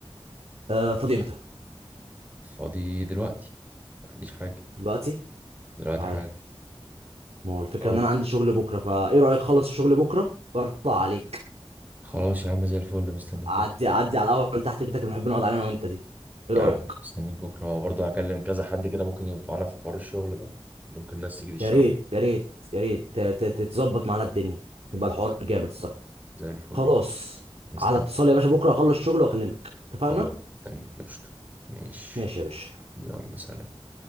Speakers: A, on the right; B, on the right.
A: آه فاضي امتى
B: فاضي دلوقتي ما عنديش حاجة
A: دلوقتي
B: دلوقتي
A: مش عارف
B: حاجة
A: ما هو الفكره
B: خلاص
A: ان انا عندي شغل بكره فايه رايك خلص الشغل بكره برطع عليك
B: خلاص يا عم زي الفل مستنيك
A: اعدي
B: بكرة.
A: اعدي على القهوه اللي تحت بيتك اللي بنحب نقعد عليها انا وانت دي ايه
B: يا
A: رايك
B: عم مستنيك بكرة برضه هكلم كذا حد كده ممكن ينفعنا في حوار الشغل ده ممكن ناس تيجي تشتغل
A: يا ريت يا ريت يا ريت ت- ت- ت- تظبط معانا الدنيا يبقى الحوار جامد الصراحه
B: زي الفل
A: خلاص
B: مستنيك
A: على اتصال يا باشا بكره اخلص شغل واكلمك اتفقنا
B: خلاص مستنيك قشطة ماشي
A: ماشي يا باشا
B: يلا سلام